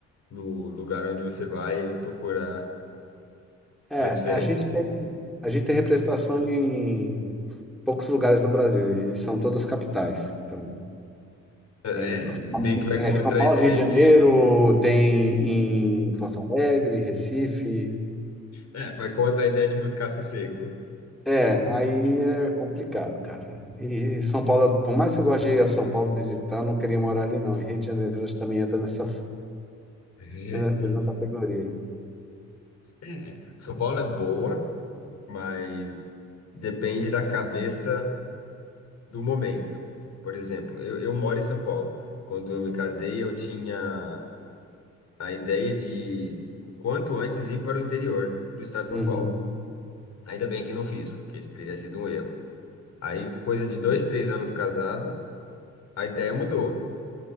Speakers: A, on the left; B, in the centre.
A: no lugar onde você vai e procurar
B: É,
A: transferência,
B: a gente tem, a gente tem representação
A: né?
B: em poucos lugares do Brasil, e são todas capitais. Então,
A: É,
B: Tem,
A: é, meio que vai
B: é,
A: contra
B: São Paulo,
A: a ideia
B: Rio de Janeiro,
A: de,
B: tem em Porto Alegre, Recife.
A: é, vai contra a ideia de buscar sossego.
B: É, aí é complicado, cara. E São Paulo, por mais que eu goste de ir a São Paulo visitar, eu não queria morar ali, não. E Rio de Janeiro acho que também entra nessa
A: <laughs>
B: é, mesma categoria.
A: É, São Paulo é boa, mas depende da cabeça do momento. Por exemplo, eu, eu moro em São Paulo. Quando eu me casei, eu tinha a ideia de o quanto antes ir para o interior do estado de São
B: Uhum.
A: Paulo. Ainda bem que não fiz, porque isso teria sido um erro. Aí, coisa de dois, três anos casado, a ideia mudou.